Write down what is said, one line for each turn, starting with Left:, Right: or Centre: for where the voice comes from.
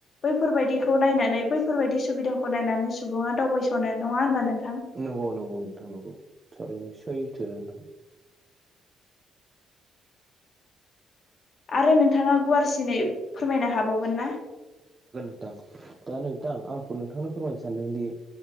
Left: बैफोरबायदिखौ नायनानै बैफोरबायदि सुबिदाखौ नायनानै सुबुङा दावबायस'नो नङा होनबा नों
Right: नंगौ नंगौ नोंथां नंगौ थारैनो सैथो नोंथां।
Left: आरो नोंथाङा गुवारसिनै फोरमायनो हाबावगोन ना?
Right: थां दा नोंथां आं नोंथांनो फोरमायनो सानदों दि